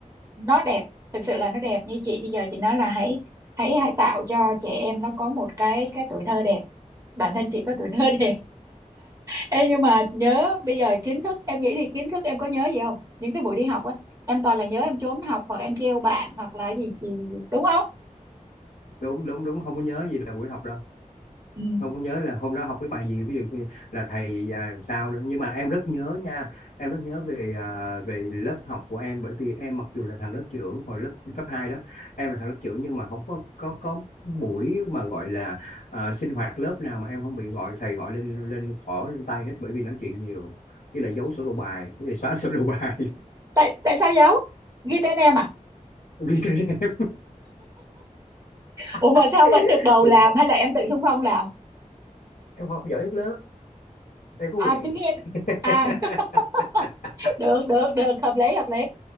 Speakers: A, on the right (about 25°); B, on the left (about 80°).
A: nó đẹp thực sự là nó đẹp như chị bây giờ chị nói là hãy hãy hãy tạo cho trẻ em nó có một cái cái tuổi thơ đẹp bản thân chị có tuổi thơ <laughs> đẹp Ê, nhưng mà nhớ bây giờ kiến thức em nghĩ thì kiến thức em có nhớ gì không những cái buổi đi học á em toàn là nhớ em trốn học hoặc em trêu bạn hoặc là gì gì đúng không
B: Đúng đúng đúng không có nhớ gì là buổi học đâu.
A: ừ.
B: không có nhớ là hôm đó học cái bài gì ví dụ như là thầy và sao nữa nhưng mà em rất nhớ nha em rất nhớ về à, về lớp học của em bởi vì em mặc dù là thằng lớp trưởng hồi lớp cấp 2 đó em là thằng lớp trưởng nhưng mà không có có có buổi mà gọi là à, sinh hoạt lớp nào mà em không bị gọi thầy gọi lên lên khỏ lên tay hết bởi vì nói chuyện nhiều như là giấu sổ đầu bài như là xóa <laughs> sổ đầu bài
A: tại tại sao giấu ghi tên em à
B: <laughs> ghi tên em
A: ủa mà
B: <laughs>
A: sao vẫn được bầu
B: Thì
A: làm hay là em tự xung phong làm
B: em học giỏi nhất lớp em có
A: à
B: quyền
A: tự nhiên
B: <laughs>
A: à <laughs> được được được hợp lý hợp lý